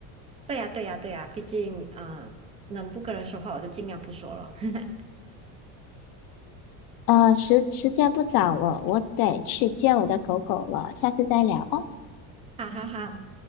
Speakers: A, on the right; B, on the left.
A: 对呀，对呀，对呀，毕竟，嗯、能不跟人说话我就尽量不说了。<laughs>
B: 呃，时时间不早了，我得去接我的狗狗了，下次再聊哦。
A: 哈哈哈，